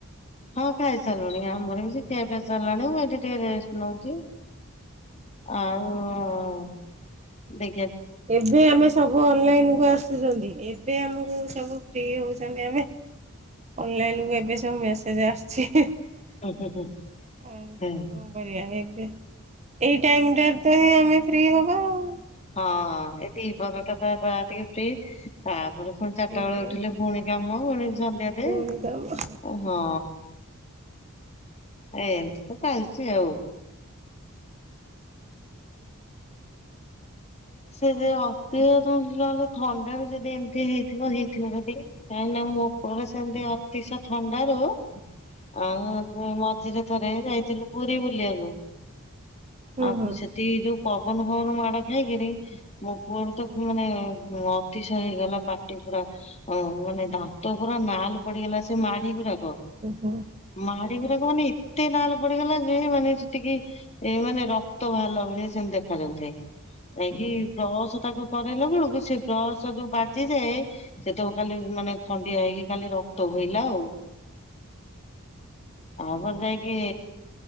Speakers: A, on the left; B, on the right.
A: ହଁ ଖାଇସାରିଲୁଣି ଆମର ବି ସେଇ ଖିଆ ପିଆ ସରିଲାଣି ମୁଁ ଏଠି ଟିକେ ରେଷ୍ଟ୍ ନଉଚି। ଆଉ ଦେ
B: ଏବେ ଆମେ ସବୁ ଅନଲାଇନ କୁ ଆସୁଚନ୍ତି। ଏବେ ଆମକୁ ସବୁ ଫ୍ରି ହଉଚନ୍ତି ଆମେ। ଅନଲାଇନକୁ ଏବେ ସବୁ ମେସେଜ ଆସୁଚି। କଣ
A: ହୁଁ ହୁଁ ହୁଁ ହଁ
B: କରିବା ଏବେ ଏଇ ଟାଇମ୍ ଟା ରେ ତ ହେଇ ଆମେ ଫ୍ରି ହବା ଆଉ।
A: ହଁ ଏ ଦି ପହର ଟା ତ ଯାହା ଟିକେ ଫ୍ରି ତାପରେ ପୁଣି ଚାରଟା
B: ସେଇଥିରେ
A: ବେଳେ ଉଠିଲେ ପୁଣି କାମ ପୁଣି ସନ୍ଧ୍ୟା ଦେ
B: ପୁଣି କାମ
A: ହଁ। ଏମତି ତ ଚାଲିଚି ଆଉ। ସେ ଯଉ <unintelligible> ନ ହେଲେ ଥଣ୍ତା ରୁ ଯଦି ଏମିତି ହେଇଥିବ ହେଇଥିବ ଯଦି କାଁଇକିନା ମୋ ପରେ ସେମିତି ଅତିଶ ଥଣ୍ତା ରୁ ଆଉ ମଝିରେ ଥରେ ଯାଇଥିଲୁ ପୁରୀ ବୁଲିବାକୁ।
B: ହଁ
A: ଆଉ
B: ହୁଁ ହୁଁ।
A: ସେଠି ଯୋଉ ପବନ ଫବନ ମାଡ ଖାଇକିରି ମୋ ପୁଅ ର ମାନେ ଅ ଅତିଷ ହେଇଗଲା ପାଟି ପୁରା ମାନେ ଦାନ୍ତ ପୁରା ନାଲ ପଡିଗଲା ସେ ମାଢି ପୁରା
B: ଓହୋ ହୁଁ
A: ମାିବରାଗ
B: ହୁଁ
A: ମାନେ ତେ ନାଲ ପଡିଗଲା ଯେ ମାନେ ସେତିକି ଏ ମାନେ ରକ୍ତ ଭଲ ଭଳିଆ ସେମତି ଦେଖାଯ ଯାଉଥାଏ ଯାଇଁକି
B: ହୁଁ।
A: ବ୍ରସ ତାକୁ ିଲା ବେଳକୁ ସେ ବ୍ରସ ଯୋଉ ବାଜିଯାଏ ସେ ତ ଖାଲି ମାନେ ଖଣ୍ଡିଆ ହେଇକି ଖାଲି ରକ୍ତ ହ ଆଉ ତାପରେ ଯାଇକି